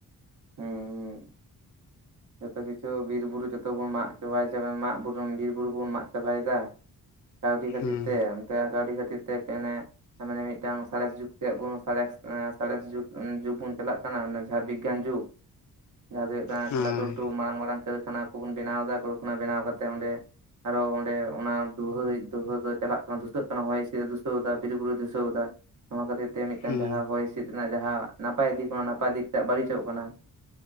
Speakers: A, on the right; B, on the left.
A: ᱦᱩᱸ ᱦᱩᱸᱜ ᱡᱷᱚᱛᱚ ᱠᱤᱪᱷᱩ ᱵᱤᱨ ᱵᱩᱨᱩ ᱡᱚᱛᱚ ᱵᱚᱱ ᱢᱟᱜ ᱪᱟᱵᱟᱭ ᱫᱟ ᱢᱟᱜ ᱵᱩᱨᱩ ᱵᱤᱨ ᱵᱩᱨᱩ ᱵᱚᱱ ᱢᱟᱜ ᱪᱟᱵᱟᱭ ᱫᱟ ᱠᱟᱹᱣᱰᱤ ᱠᱷᱟᱹᱛᱤᱨ
B: ᱦᱮᱸ
A: ᱛᱮ ᱚᱱᱛᱮ ᱠᱟᱹᱣᱰᱤ ᱠᱷᱟᱹᱛᱤᱨ ᱛᱮ ᱯᱮ ᱱᱮ ᱢᱟᱱᱮ ᱢᱤᱫᱴᱟᱝ ᱥᱟᱬᱮᱥ ᱡᱩᱜᱽ ᱛᱮ ᱵᱚᱱ ᱥᱟᱬᱮᱥ ᱥᱟᱬᱮᱥ ᱡᱩᱜᱽ ᱵᱩᱱ ᱪᱟᱞᱟᱜ ᱠᱟᱱᱟ ᱡᱟᱦᱟᱸ ᱵᱤᱜᱽᱜᱟᱱ ᱡᱩᱜᱽ ᱾ ᱡᱟᱦᱟᱸ ᱫᱚ ᱦᱩᱭᱩᱜ ᱠᱟᱱᱟ
B: ᱦᱳᱭ
A: <unintelligible> ᱢᱟᱨᱟᱝ ᱠᱟᱹᱨᱠᱷᱟᱱᱟ ᱠᱚᱵᱚᱱ ᱵᱮᱱᱟᱣ ᱮᱫᱟ ᱠᱟᱹᱨᱠᱷᱟᱱᱟ ᱵᱮᱱᱟᱣ ᱠᱟᱛᱮ ᱚᱸᱰᱮ ᱟᱨᱚ ᱚᱸᱰᱮ ᱚᱱᱟ ᱫᱩᱦᱟᱹᱭ ᱫᱩᱦᱟᱹ ᱫᱚ ᱪᱟᱞᱟᱜ ᱠᱟᱱᱟ ᱫᱷᱩᱥᱟᱹᱜ ᱠᱟᱱᱟ ᱦᱚᱭ ᱦᱤᱸᱥᱤᱫ ᱮ ᱫᱷᱩᱥᱟᱹᱣ ᱮᱫᱟ ᱵᱤᱨ ᱵᱩᱨᱩᱭ ᱫᱷᱩᱥᱟᱹᱣ ᱮᱫᱟ ᱾ ᱱᱚᱣᱟ ᱠᱷᱟᱹᱛᱤᱨ ᱛᱮ ᱢᱤᱫᱴᱟᱱ
B: ᱦᱮᱸ
A: ᱡᱟᱦᱟᱸ ᱦᱚᱭ ᱦᱤᱸᱥᱤᱫ ᱨᱮᱱᱟᱜ ᱡᱟᱦᱟᱸ ᱱᱟᱯᱟᱭ ᱫᱤᱠ ᱚᱱᱟ ᱱᱟᱯᱟᱭ ᱫᱤᱠ ᱵᱟᱹᱲᱤᱡᱚᱜ ᱠᱟᱱᱟ ᱾